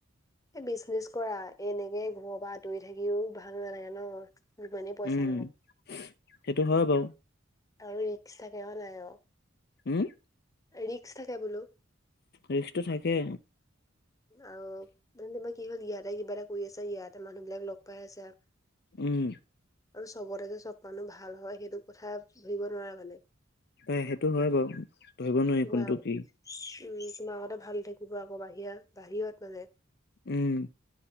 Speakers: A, on the left; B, on the left.
A: এ বিচনেজ কৰা, এনেকে ঘৰৰ পৰা আঁতৰি থাকিও ভাল নালাগে ন? যিমানেই পইচা
B: উম
A: নহওক,
B: সেইটো হয় বাৰু
A: আৰু ৰিক্স থাকে হয় নাই বাও?
B: উম
A: ৰিক্স থাকে বোলো,
B: ৰিক্সটো থাকে।
A: আৰু মানে তোমাৰ কি হ'ল, ইয়াতে কিবা এটা কৰি আছা, ইয়াতে মানুহ বিলাক লগ পাই আছা,
B: উম
A: আৰু চবতে যে চব মানুহ ভাল হয়, সেইটো কথা ভাবিব নোৱাৰা মানে,
B: এ সেইটো হয় বাৰু ধৰিব নোৱাৰি
A: তোমাৰ
B: কোনটো কি?
A: উম তোমাৰ আগতে ভাল হৈ থাকিব, আকৌ বাহিৰা বাহিৰত মানে
B: উম